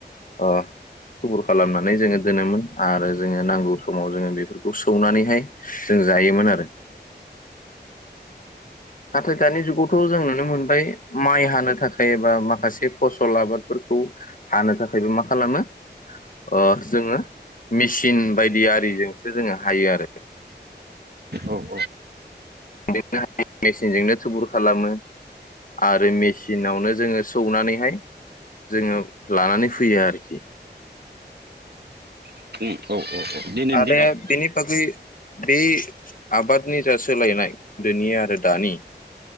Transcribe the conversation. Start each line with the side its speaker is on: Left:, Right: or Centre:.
Left: ओ थुफुर खालामनानै जोङो दोनोमोन आरो जोङो नांगौ समाव जोङो बेफोरखौ सौनानैहाय जों जायोमोन आरो। नाथाय दानि जुगावथ' जों नुनो मोनबाय माइ हानो थाखाय एबा माखासे फसल आबादफोरखौ हानो थाखायबो मा खालामो ओ जोङो मेचिन बायदि आरिजोंसो जोङो हायो आरो।
Right: उम
Left: <inaudible> मेचनजोंनो थुबुर खालामो आरो मेचिनावनो जोङो सौनानैहाय जोङो लानानै फैयो आरोखि।
Right: औ औ दिनैनि
Left: आदाया
Right: दिनाव
Left: बिनि बागै बे आबादनि जा सोलायनाय गोदोनि आरो दानि